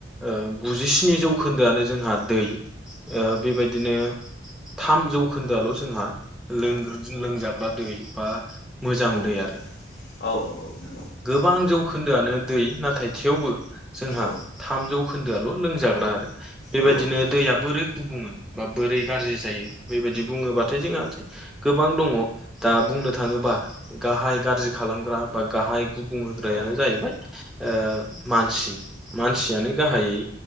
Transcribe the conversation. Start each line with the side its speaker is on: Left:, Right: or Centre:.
Centre: ओ गुजिस्नि जौखोन्दोआनो जोंहा दै। ओ बेबायदिनो थाम जौखोन्दोआल' जोंहा लोंग्र लोंजाग्रा दै बा मोजां
Left: औ
Centre: दै आरो
Left: औ नोंथां
Centre: गोबां जौखोन्दोआनो दै नाथाय थेवबो जोंहा
Left: औ
Centre: थाम जौखोन्दोआल' लोंजाग्रा आरो। बेबायदिनो
Left: औ नोंथां
Centre: दैया बोरै गुबुङो बा बोरै गारजि जायो बेबायदि बुङोबाथाय जोंङो गोबां दङ दा बुंनो थाङोबा गाहाय गाज्रि खालामग्रा बा गाहाय गुबुं होग्रायानो
Left: औ
Centre: जाहैबाय ओ मानसि मानसियानो गाहायै